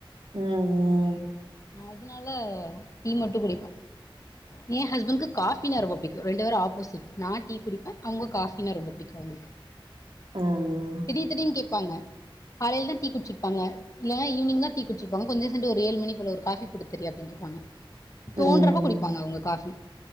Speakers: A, on the right; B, on the left.
A: ம் ம்
B: அதுனால டீ மட்டு குடிப்பே எ ஹஸ்பண்க்கு காஃபினா ரெம்ப புடிக்கு ரெண்டு பேரு ஆப்போசிட் நா டீ குடிப்பேஅவுங்க காஃபினா ரொம்ப புடிக்கு அவுங்களுக்கு
A: ம்
B: திடீர் திடீர்னு கேப்பாங்க காலையில தா டீ குடிச்சிர்ப்பாங்க இல்ல ஈவினிங் தா டீ குட்ச்சிர்ப்பாங்க கொஞ்ச சென்டு ஒரு ஏழு மணி போல ஒரு காஃபி போட்டு தர்யா அப்டின் கேப்பாங்க தோன்றப்ப
A: ம்
B: குடிப்பாங்க அவுங்க காஃபி